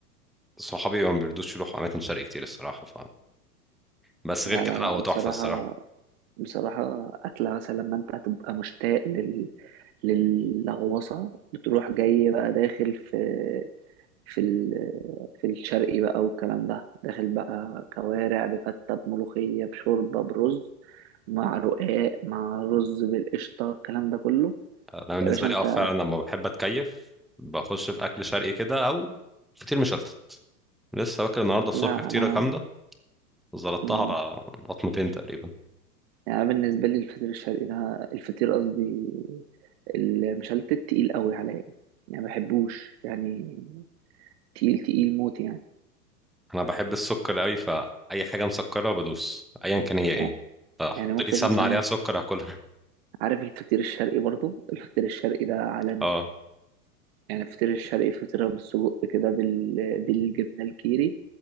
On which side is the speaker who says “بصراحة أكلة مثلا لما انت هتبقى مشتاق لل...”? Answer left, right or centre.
Right